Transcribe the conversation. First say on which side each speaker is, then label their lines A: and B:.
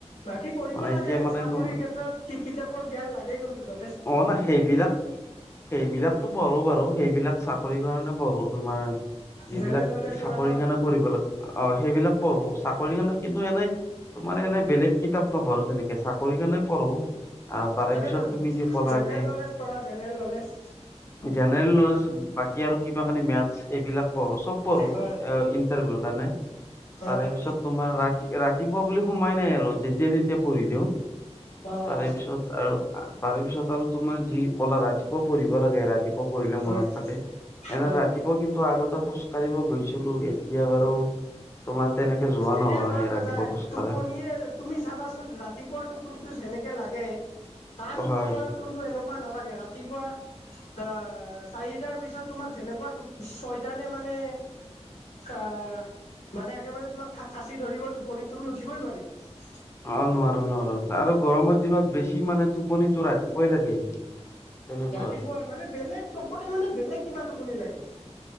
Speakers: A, on the left; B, on the left.
A: বাকী পঢ়িব
B: মানে
A: লাগে
B: এতিয়া মানে
A: চাকৰিৰ
B: তোমাৰ
A: ক্ষেত্ৰত কি কিতাপৰ জ্ঞান লাগে কোনজন।
B: অ ন সেইবিলাক- সেইবিলাকতো পঢ়ো বাৰু সেইবিলাক চাকৰি কাৰণে পঢ়ো তোমাৰ। সেইবিলাক
A: জেনেৰেল নলেজ
B: চাকৰিৰ
A: পঢ়া ন
B: কাৰণে পঢ়িব লাগ অ সেইবিলাক পঢ়ো চাকৰিৰ কাৰণে কিন্তু এনেই - তোমাৰ এনেই বেলেগ কিতাপ নাপঢ়ো তেনেকে চাকৰি কাৰণে পঢ়ো, আৰু তাৰে
A: তাকেতো
B: পিছত তুমি যি- ক'লা
A: জেনেৰেল
B: যে
A: নলেজ পঢ়া জেনেৰেল নলেজ।
B: জেনেৰেল নলেজ বাকী আৰু কিবা কি মেথছ এইবিলাক পঢ়ো চব। পঢ়ো অ
A: হয়
B: ইন্টাৰভিউ কাৰণে
A: হয়
B: তাৰে
A: হয়
B: পিছত- তোমাৰ ৰাতি ৰাতিপুৱা বুলি সোমাই নাই আৰু যেতিয়া তেতিয়া পঢ়ি দিওঁ।
A: অ
B: তাৰে
A: অ
B: পিছত আৰু তাৰে পিছত আৰু তোমাৰ যি কলা ৰাতিপুৱা পঢ়িব লাগে ৰাতি। কৰিলে
A: হয়
B: মনত থাকে এনে
A: হয়
B: ৰাতিপুৱা কিন্তু আগতে খুস্থ। কাঢ়িব গৈছিলোঁ এতিয়া বাৰু- তোমাৰ তেনেকে যোৱা।
A: এতিয়া
B: নহয়
A: যোৱা নাযায়
B: ৰাতিপুৱা খোজ
A: টোপনিয়ে
B: কাঢ়া।
A: তুমি যাবাচোন ৰাতিপুৱা টোপনিটো যেনেকে লাগে। তান
B: হয়
A: সময়ত। এনেকুৱা নালাগে ৰাতিপুৱা আঁ চাৰিটাৰ পিছত তোমাক যেনে- চৈতানে মানে আ মানে একেবাৰে তোমাক- ফাচি ধৰিব টোপনিটো তুমি উঠিবই নোৱাৰিবা।
B: অঁ নোৱাৰো নোৱাৰো আৰু গৰমৰ দিনত বেছি মানে টোপনিটো ৰাতিপুৱাই লাগে। তেনেকুৱা
A: ৰাতিপুৱা মানে বেলেগ টোপনি মানে বেলেগ কিবা টোপনি লাগে।